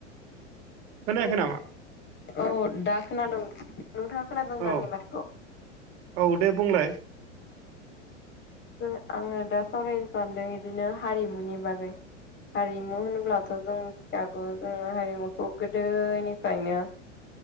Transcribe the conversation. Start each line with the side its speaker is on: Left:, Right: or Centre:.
Right: खोनायाखै नामा?
Left: औ दा खोनादों नोंथाङा खोनादों
Right: औ
Left: दा आंनि माथोखौ
Right: औ दे बुंलाय।
Left: जों आङो दा सावरायनो सान्दों इदिनो हारिमुनि बागै हारिमु होनोब्लाथ' जों मिथिखागौ जों हारिमुखौ गोदोनिफ्रायनो <inaudible>